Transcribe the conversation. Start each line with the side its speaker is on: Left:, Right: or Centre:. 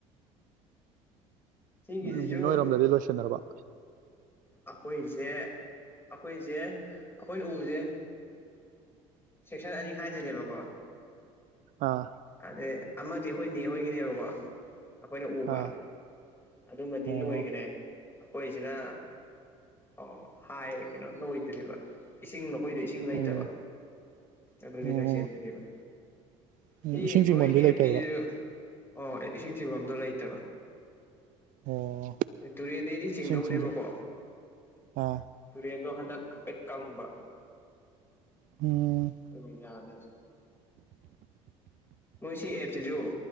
Left: ꯁꯤꯒꯤꯁꯤꯁꯨ
Right: ꯎꯝ ꯅꯣꯏꯔꯣꯝꯗꯗꯤ ꯂꯣꯏꯁꯤꯟꯅꯔꯕ
Left: ꯑꯩꯈꯣꯏꯁꯦ ꯑꯩꯈꯣꯏꯁꯦ ꯑꯩꯈꯣꯏꯅ ꯎꯕꯁꯦ ꯁꯦꯛꯁꯟ ꯑꯅꯤ ꯈꯥꯏꯗꯅꯦꯕꯀꯣ
Right: ꯑꯥ
Left: ꯑꯗ ꯑꯃꯗꯤ ꯑꯩꯈꯣꯏꯅꯦ ꯍꯣꯏꯒꯤꯅꯦꯕꯀꯣ ꯑꯩꯈꯣꯏꯅ ꯎꯕ
Right: ꯑꯥ
Left: ꯑꯗꯨꯃꯗꯤ
Right: ꯑꯣ
Left: ꯂꯣꯏꯈ꯭ꯔꯦ ꯑꯩꯈꯣꯏꯁꯤꯅ ꯑꯣ ꯍꯥꯏ ꯀꯩꯅꯣ ꯂꯣꯏꯗ꯭ꯔꯤꯕ ꯏꯁꯤꯡ ꯅꯈꯣꯏꯗ ꯏꯁꯤꯡ ꯂꯩꯇꯕ
Right: ꯎꯝ
Left: ꯑꯗꯨꯒꯤ
Right: ꯑꯣ
Left: ꯂꯣꯏꯁꯤꯟꯗꯔ꯭ꯤꯕꯥ
Right: ꯎꯝ
Left: ꯁꯤ
Right: ꯏꯁꯤꯡ ꯆꯤꯡꯐꯝꯗꯤ
Left: ꯃꯣꯏ ꯑꯦꯞꯀꯤꯁꯤꯁꯨ
Right: ꯂꯩꯇꯕ꯭ꯔꯥ
Left: ꯑꯣ ꯑꯩ ꯏꯁꯤꯡ ꯆꯤꯡꯐꯝꯗꯣ ꯂꯩꯇꯕ
Right: ꯑꯣ
Left: ꯇꯨꯔꯦꯟꯗꯩꯗꯤ ꯆꯤꯡꯗꯧꯅꯦꯕꯀꯣ
Right: ꯏꯁꯤꯡ ꯆꯤꯡꯁꯨ ꯑꯥ
Left: ꯇꯨꯔꯦꯟꯗꯣ ꯍꯟꯗꯛ ꯍꯥꯏꯐꯦꯠ ꯀꯪꯕ
Right: ꯎꯝ
Left: ꯑꯗꯨꯒꯤ ꯌꯥꯗ ꯃꯣꯏ ꯁꯤ ꯑꯦꯞꯁꯤꯁꯨ